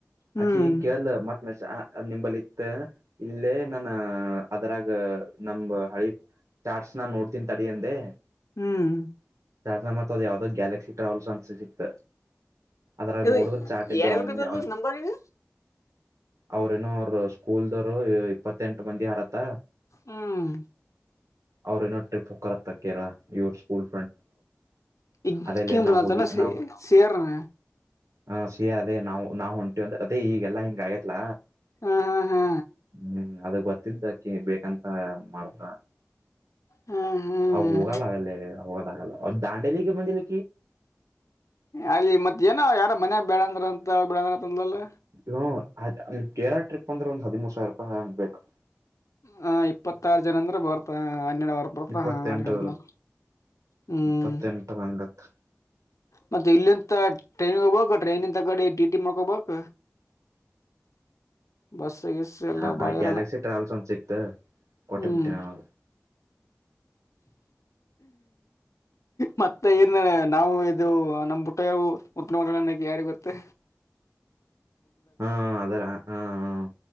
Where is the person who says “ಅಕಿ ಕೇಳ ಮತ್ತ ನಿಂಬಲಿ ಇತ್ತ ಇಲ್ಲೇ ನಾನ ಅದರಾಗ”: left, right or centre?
Right